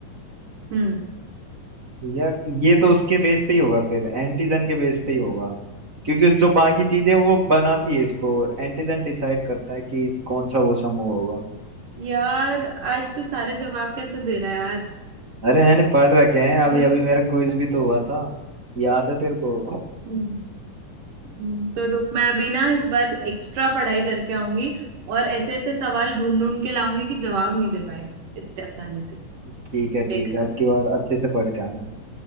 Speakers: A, on the right; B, on the right.
A: हम्म
B: यार ये तो उसके बेस पे ही होगा फिर एंटीजन के बेस पे ही होगा क्योंकि जो बाकी चीजें वो बनाती है इसको और एंटीजन डिसाइड करता है कि कौन सा वो समूह होगा
A: यार आज तो सारे जवाब कैसे दे रहा है यार
B: अरे मैंने पढ़ रखे हैं अभी
A: मु-
B: अभी मेरा क्विज भी तो हुआ था याद है तेरे को
A: हम्म, हम्म, तो रुक मैं अभी ना इस बार एक्स्ट्रा पढ़ाई करके आऊंगी और ऐसे ऐसे सवाल ढूंढ ढूंढ के लाऊंगी कि जवाब नहीं दे पाए इतने आसानी से
B: ठीक है ठीक
A: देखना
B: है अब की बार अच्छे से पढ़ के आना